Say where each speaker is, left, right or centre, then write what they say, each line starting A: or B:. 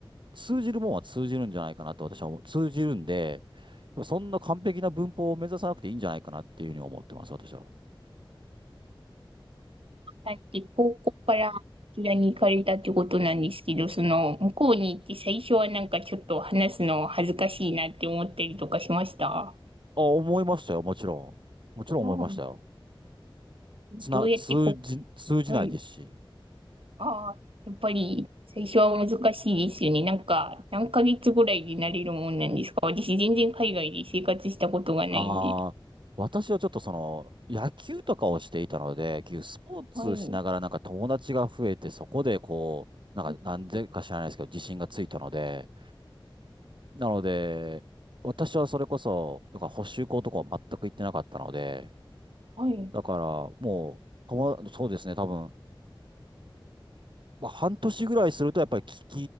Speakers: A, on the right; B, on the right.
A: 通じるもんは通じるんじゃないかなと私は思う。通じるんで、そんな完璧な文法を目指さなくていいんじゃないかなっていうふうに思ってます、私は。
B: さっき高校からこちらに行かれたってことなんですけど、その、向こうに行って最初はなんかちょっと話すの恥ずかしいなって思ったりとかしました。
A: あ、思いましたよ、もちろん。もちろん思いましたよ。
B: うん。どうやってこ、
A: つな、通じ、通じないですし。
B: はい。ああ、やっぱり最初は難しいですよね。なんか、何ヶ月ぐらいでなれるもんなんですか私全然海外で生活したことがないんで。
A: ああ、私はちょっとその、野球とかをしていたので、結局スポーツしながらなんか友達が増えて、
B: はい。
A: そこでこう、なんか、
B: うん
A: なんでか知らないですけど、自信がついたので、なので、私はそれこそ、なんか補習校とかは全く行ってなかったので、
B: はい。
A: だからもう、友そうですね、多分、まあ、半年ぐらいするとやっぱり聞